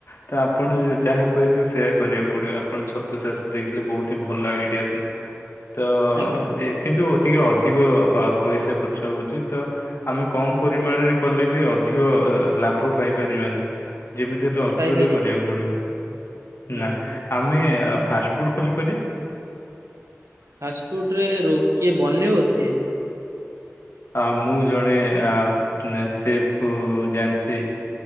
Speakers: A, on the left (about 55°); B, on the right (about 70°).
A: ତ ଆପଣ
B: ହୁଁ
A: ଯାହା କହିବେ ସେ କରିବାକୁ ପଡିବ ଆପଣ ଛତୁ ଚାଷ ଦେଇଥିଲେ ବହୁତ ହିଁ ଭଲ ଆଇଡିଆ ଥିଲା। ତ
B: ଆଜ୍ଞା
A: କିନ୍ତୁ ଟିକେ ଅଧିକ ଅ ପଇସା ଖର୍ଚ୍ଚ ହଉଛି ତ, ଆମେ କମ ପରିମାଣରେ କଲେ ବି ଅଧିକ ଲାଭ ପାଇପାରିବାନି। ଯେମିତି ହେଲେ ଅଧିକତା
B: ପାଇପାରିବେନି
A: କରିବାକୁ ପଡିବ
B: ହୁଁ।
A: ନା ଆମେ ଫାଷ୍ଟଫୁଡ୍ ଖୋଲିପାରିବା?
B: ଫାଷ୍ଟଫୁଡ ରେ ର କିଏ ବନେଇବ କିଏ?
A: ଆ ମୁଁ ଜଣେ ଅ ସେ ପୁ ଜାଣିଛି।